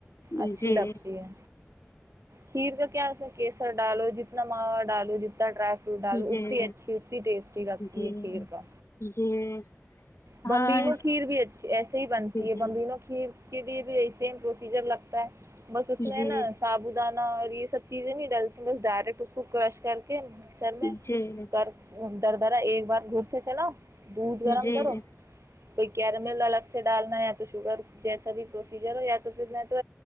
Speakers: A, on the left; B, on the right.
A: جی
B: اچھی لگتی ہے کھیر تو کیا اس میں کیسر ڈالو جت نم ڈالو جتا ٹریف فروٹ ڈالو
A: جی
B: اتنی اچھی اتنی ٹیسٹی لگتی
A: جی
B: ہے کھیر کا
A: جی ہاں
B: بمبینو
A: اس
B: کھیر بھی اچھی ایسے ہی بنتی
A: جی
B: ہے
A: جی
B: بمبینو کھیر کے لیے بھی سیم پروسیجر لگتا ہے بس اس
A: جی
B: میں
A: جی
B: ہے نا سابو دان اور یہ سب چیزیں نہیں ڈلتی بس ڈائریکٹ اس کو کرش کر کے مک سر میں
A: جی جی
B: کر در درا ایک بار گس چ نا دودھ گرم
A: جی
B: کرو کوئی گیارہ ملہ الگ سے ڈالنا یا تو شوگر جیسا بھی پروسیجر ہو یا تو پھر میں تو